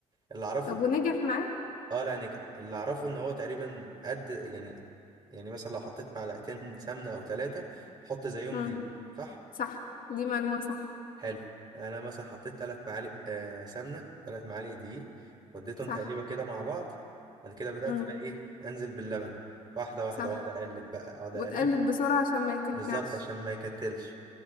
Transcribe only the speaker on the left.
طب ونجح معاك
مم.
صح دي معلومة صح
صح
مم.
صح
وتقلب
بسرعة عشان ما يكلكعش